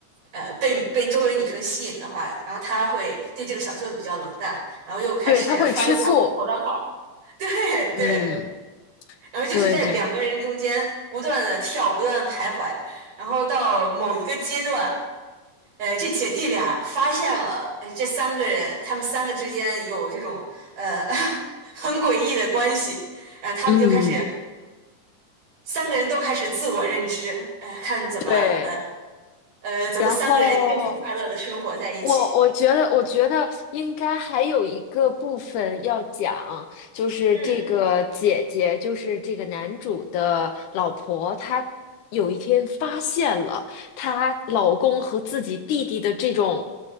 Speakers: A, on the right (about 70°); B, on the left (about 75°).
A: 呃，被被周围女生吸引的话，然后他会对这个小舅子比较冷淡，然后又开始发现他老婆的好，
B: 对，他会吃醋，
A: <laughs> 对
B: 嗯，
A: 对。然后就是在两个人中间不断的跳，
B: 对对，
A: 不断地徘徊，然后到某一个阶段，呃，这姐弟俩发现了，呃，这三个人他们三个之间有这种呃 <laughs> 很诡异的关系，然后他们就开始
B: 嗯
A: 三个人都开始自我认知，呃，看怎么呃
B: 对，
A: 呃怎么三个人幸福快乐的生活在一起。
B: 然后我我觉得，我觉得应该还有一个部分要讲，就是这个姐姐，
A: 嗯
B: 就是这个男主的老婆，她有一天发现了她老公和自己弟弟的这种